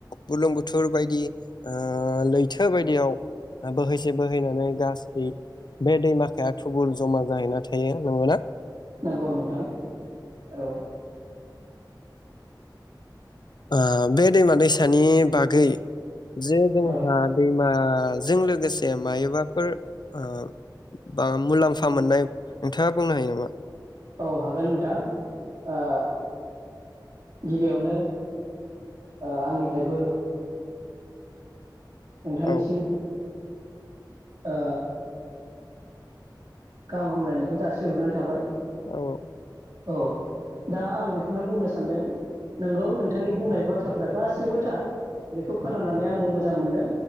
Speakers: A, on the left; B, on the right.
A: बुलुं बुथुर बायदि ओ लैथो बायदियाव आ बोहैसे बोहैनानै गासै बे दैमाखाया थुबुर जमा जाहैना थायो नंगौना?
B: नंगौ नोंथां। औ
A: ओ बे दैमा दैसानि बागै जे जोंहा
B: औ
A: दैमाजों लोगोसे मायोबाफोर ओ बा मुलाम्फा मोननाय नोंथाङा बुंनो हायो नामा?
B: औ हागोन नोंथां ओ। गिबियावनो ओ आंनिफ्रायबो। नोंथांनिसिम।
A: औ
B: ओ। गाहाम हामलायनायखौ जासि हग्रोनाय थाबाय।
A: औ औ।
B: औ दा आं बेखौनो बुंनो सानदों नोंगौ नोंथांनि बुंनाय बाथ्राफोरा गासैबो थार। बेखौ खोनानानै आंबो मोज मोजां मोनदों